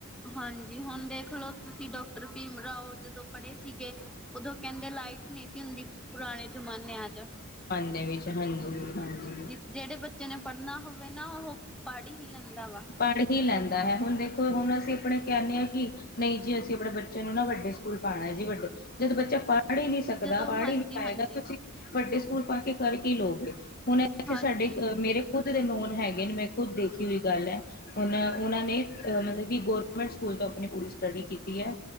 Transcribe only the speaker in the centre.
ਹਾਂਜੀ, ਹੁਨ ਦੇਖ ਲਓ ਤੁਸੀਂ, ਡਾਕਟਰ ਭੀਮ ਰਾਓ ਜਦੋਂ ਪੜ੍ਹੇ ਸੀਗੇ। ਓਦੋਂ ਕੈਂਦੇ, ਲਾਈਟ ਨਈ ਸੀ ਹੁੰਦੀ ਪੁਰਾਨੇ ਜਮਾਨਿਆ 'ਚ।
ਜੇੜੇ ਬੱਚੇ ਨੇ ਪੜ੍ਹਨਾ ਹੋਵੇ ਨਾ, ਉਹ ਪੜ੍ਹ ਹੀ ਲੈਂਦਾ ਵਾ।
ਜਦੋਂ
ਹਾਂਜੀ,
ਹਾਂਜੀ,
ਹਾਂਜੀ।